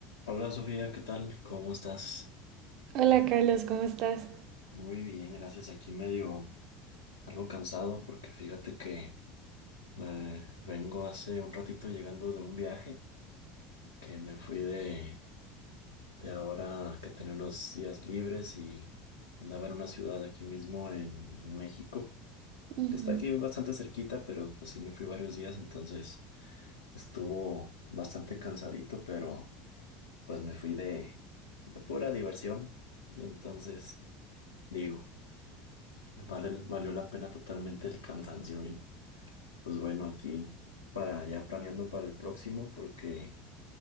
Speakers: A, on the left; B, on the right.
A: Hola Sofía, ¿qué tal? ¿Cómo estás?
B: Hola Carlos, ¿cómo estás?
A: Muy bien, gracias. Aquí medio algo cansado porque fíjate que me vengo hace un ratito llegando de un viaje que me fui de, de ahora que tenía unos días libres y andaba en una ciudad aquí mismo en México,
B: Ujú,
A: que está aquí bastante cerquita, pero pues sí me fui varios días, entonces estuvo bastante cansadito, pero pues me fui de, de pura diversión, entonces digo. Vale, el- valió la pena totalmente el cansancio y pues bueno, aquí para ya planeando para el próximo porque